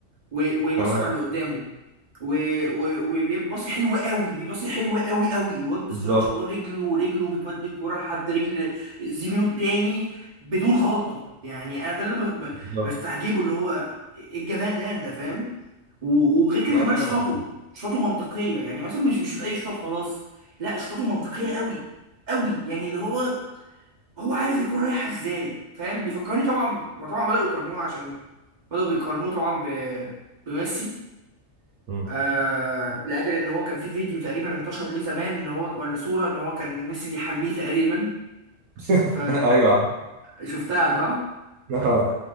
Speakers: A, on the right; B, on the right.
A: و- ويمسخر
B: تمام
A: اللي قدامه و- و- وبيباصي حلو قوي بيباصي حلو قوي قوي الواد بسم
B: بالظبط
A: الله ما شاء الله رجله رجله بتودي الكوره لحد رجل زميله التاني بدون غلطه يعني انا ده اللي ب- ب-
B: بالظبط
A: بستعجبه اللي هو ايه الجمال ده ده فاهم و- وغير كده
B: لا
A: كمان
B: طبعا
A: شطاته شطاته منطقيه يعني مثلا مش بيشوط اي شوطه وخلاص لا شطاته منطقيه قوي قوي يعني اللي هو هو عارف يكون رايحه ازاي فاهم بيفكرني طبعا طبعا بداوا يقارنوه عشان بداوا بيقارنوه طبعا ب... بميسي
B: مم.
A: آه... لاجل ان هو كان في فيديو تقريبا انتشر ليه زمان ان هو ولا صوره ان هو كان ميسي بيحميه تقريبا
B: <laughs>
A: ف
B: ايوه
A: شفتها صح؟
B: اه